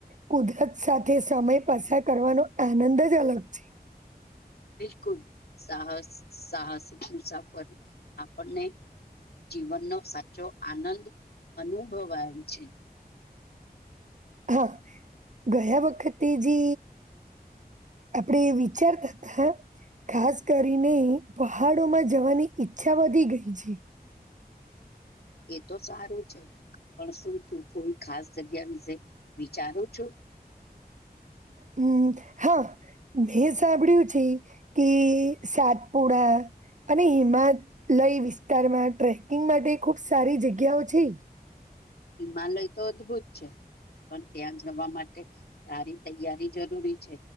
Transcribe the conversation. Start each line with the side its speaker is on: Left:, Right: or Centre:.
Right: કુદરત સાથે સમય પસાર કરવાનો આનંદ જ અલગ છે.
Left: બિલકુલ, સાહસ સાહસિક મુસાફર આપણને. જીવનનો સાચો આનંદ અનુભવાય છે.
Right: હા, ગયા વખતે જે આપડે વિચારતા હતા. ખાસ કરીને પહાડોમાં જવાની ઈચ્છા વધી ગઈ છે.
Left: એ તો સારું છે. પણ શું તું કોઈ ખાસ જગ્યા વિશે વિચારું છું?
Right: હમ, હા. મેં સાંભળ્યું છે કે સાતપુડા અને હિમાલય વિસ્તારમાં ટ્રેકિંગ માટે ખુબ સારી જગ્યાઓ છે.
Left: હિમાલય તો અદ્ભુત છે. પણ ત્યાં જવા માટે તારી તૈયારી જરૂરી છે.